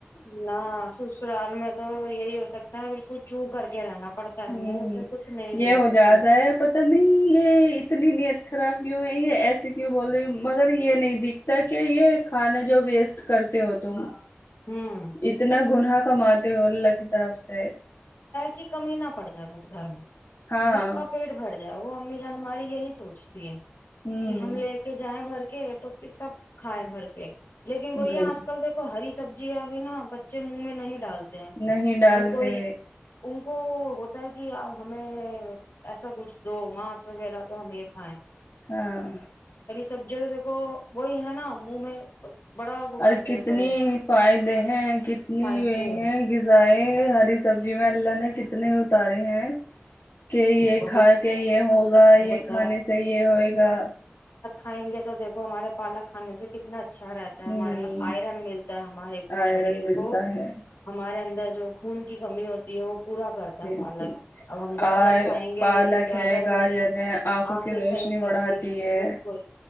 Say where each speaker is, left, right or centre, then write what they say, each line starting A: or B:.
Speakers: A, on the left; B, on the left.
A: نہ سسرال میں تو یہی ہو سکتا ہے بالکل چو کر کے رہنا پڑتا ہے
B: ہ
A: منہ سے کچھ نہیں
B: یہ
A: بول
B: ہو
A: سکتے
B: جاتا
A: ہیں
B: ہے پت نہیں یہ اتنی ن خراب کیوں ہے یہ ایسے کیوں بول رہے مگر یہ نہیں دکھتا کہ یہ کھانا جو ویسٹ کرتے ہو تم
A: ہاں ہوں
B: اتنا گن کماتے ہو اللہ کی طرف سے
A: کی کمی نہ پڑ جائے بس گھر میں
B: ہاں
A: سب کا پیٹ بھر ج ج وہ امی جان ہماری یہی سوچتی ہے
B: ہوں
A: کہ ہم لے کے جائیں گھر تو پھر سب کھائے بھر کے لیکن وہ یہ
B: بل
A: آج کل دیکھو ہری سب جی ابھی نا بچے منہ میں نہیں ڈالتے ہیں
B: نہیں ڈالتے
A: ان کو ان کو ہوتا ہے کہ آ ہمیں ایسا کچھ دو مانس وغیرہ تو ہم یہ کھائیں
B: ہاں
A: سبزیوں تو دیکھو وہی ہے نا منہ میں بڑا وہ
B: اور
A: کرتے
B: کتنے
A: ہیں پرے
B: ہی فائدے ہیں کتنے نیو
A: کھائیں گے
B: ہیں غذائے ہری سبزی ج میں اللہ نے کتنے اتارے ہیں کہ یہ
A: وہی
B: کھا کے یہ ہوگا یہ
A: ہوتا
B: کھانے چاہیے ہوئے گا
A: ھائیں گے تو دیکھو ہمارے پالک کانے سے کتنا اچھا اچھا رہتا ہے
B: ہوں
A: ہمارے یہ آئرن ملتا ہے ہمارے
B: آئرن
A: شریر
B: ملتا
A: کو
B: ہے
A: ہمارے اندر جو خون کی کمی ہوتی ہے وہ پورا کرتا
B: بالکل
A: ہے پالک اب ہم گاجر
B: اور
A: کھائیں گے
B: پالک
A: گاجر
B: ہے
A: مری
B: ہے آنکھوں
A: آنکھیں
B: کی روشنی
A: صحیح کرتی
B: بڑھاتی
A: ہیں
B: ہے
A: بالکل